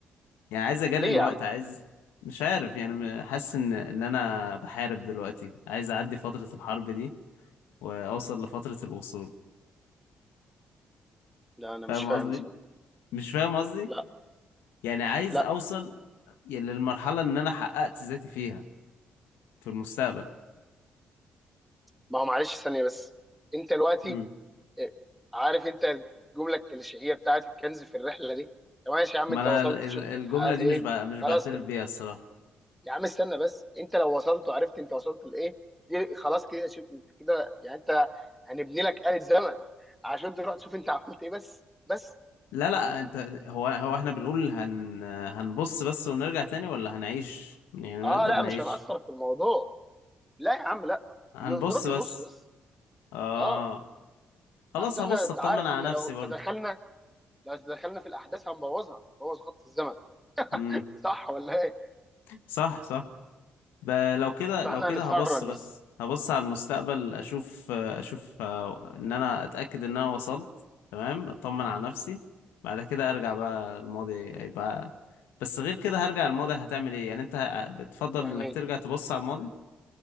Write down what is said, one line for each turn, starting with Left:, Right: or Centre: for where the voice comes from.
Left: يعني عايز اجري
Centre: ليه
Left: الوقت
Centre: يا عم
Left: عايز مش عارف يعني م- حاسس ان ان انا بحارب دلوقتي عايز اعدي فترة الحرب دي واوصل لفترة الوصول
Centre: لا انا مش
Left: فاهم
Centre: فاهم
Left: قصدي
Centre: بصراحه
Left: مش فاهم قصدي
Centre: لا
Left: يعني عايز
Centre: لا
Left: اوصل يعني للمرحلة ان انا حققت ذاتي فيها في المستقبل
Centre: ما هو معلش ثانيه بس انت دلوقتي
Left: مم.
Centre: آه، عارف انت الجمله الكليشيهيه بتاعت الكنز في الرحله دي طب ماشي يا عم
Left: ما
Centre: انت
Left: انا
Centre: وصلت
Left: ال- ال-
Centre: شفت
Left: الجملة
Centre: انت حققت
Left: دي
Centre: ايه
Left: مش بع- مش
Centre: خلاص
Left: بعترف
Centre: كده
Left: بيها الصراحة
Centre: يا عم استنى بس انت لو وصلت وعرفت انت وصلت لايه دي خلاص كده شوف انت كده يعني انت هنبني لك آلة زمن عشان تروح تشوف انت <laughs> عملت ايه بس بس
Left: لا لا انت هو هو احنا بنقول هن هنبص بس ونرجع تاني ولا هنعيش يعني ما
Centre: اه
Left: نقدر
Centre: لا
Left: نعيش
Centre: مش هنأثر في الموضوع لا يا عم لا
Left: هنبص
Centre: ن- نروح نبص
Left: بس
Centre: بس
Left: اه
Centre: اه
Left: خلاص
Centre: اصل
Left: هبص
Centre: احنا انت
Left: اطمن
Centre: عارف
Left: على
Centre: احنا
Left: نفسي
Centre: لو
Left: برضه
Centre: تدخلنا لو تدخلنا في الاحداث هنبوظها نبوظ خط الزمن
Left: امم
Centre: صح ولا ايه
Left: صح صح ب... لو كده
Centre: فاحنا
Left: لو كده
Centre: هنتفرج
Left: هبص
Centre: بس
Left: بس هبص على المستقبل اشوف اشوف آه، ان انا اتاكد ان انا وصلت تمام اطمن على نفسي بعد كده ارجع بقى الماضي هيبقى بس غير كده هرجع الماضي هتعمل ايه يعني انت بتفضل
Centre: يعني
Left: انك ترجع تبص على الماضي